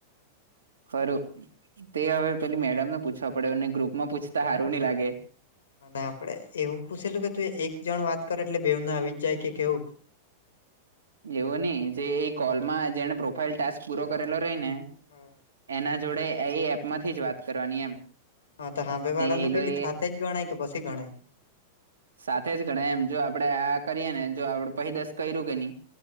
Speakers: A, on the right (about 80°); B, on the left (about 80°).
A: ખરું તે હવે પેલી મેડમને પૂછવા પડે એને ગ્રુપમાં પૂછતા સારું નહિ લાગે.
B: આપડે એવું પૂછેલું કે તું એ એક જણ વાત કર એટલે બેઉ ન આવી જ જાય કે કેવું.
A: એવો નહી જે એ કોલમાં જેને પ્રોફાઈલ ટાસ્ક પૂરો કરેલો રહી ને,
B: હા.
A: એના જોડે એ એપમાંથી જ વાત કરવાની એમ,
B: હા તો સાભે વાળાનું
A: ને એ લો
B: બી
A: એ
B: થા જ ગણાય કે પછી ગણાય.
A: સાથે જ ગણા એમ જો આપડે આ કરીએ ને જો આપડે પહી દસ કર્યું કે નહી.